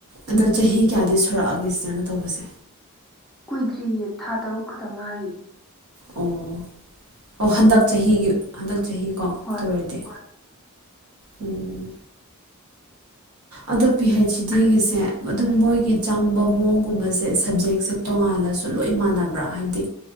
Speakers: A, in the centre; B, on the right.
A: ꯎꯝ
B: ꯑꯗꯣ ꯆꯍꯤ ꯀꯌꯥꯗꯤ ꯁꯨꯔꯛꯑꯒꯦ ꯁꯤꯁꯇꯔꯅ ꯇꯧꯕꯁꯦ
A: ꯀꯨꯏꯗ꯭ꯔꯤꯌꯦ ꯊꯥ ꯇꯔꯨꯛ ꯈꯛꯇ ꯉꯥꯏꯔꯤ
B: ꯑꯣ ꯑꯣ ꯍꯟꯗꯛ ꯆꯍꯤꯒꯤ ꯍꯟꯗꯛ ꯆꯍꯤ ꯀꯣ
A: ꯍꯣꯏ
B: ꯇꯨꯔꯗꯤ ꯎꯝ ꯑꯗꯣ ꯄꯤ ꯍꯩꯆ ꯗꯤꯒꯤꯁꯦ ꯑꯗꯨꯝ ꯃꯣꯏꯒꯤ ꯆꯪꯕ ꯃꯑꯣꯡꯒꯨꯝꯕꯁꯦ ꯁꯞꯖꯦꯛꯁꯦ ꯇꯣꯉꯥꯜꯂꯁꯨ ꯂꯣꯏ ꯃꯥꯟꯅꯕ꯭ꯔꯥ ꯍꯥꯏꯕꯗꯤ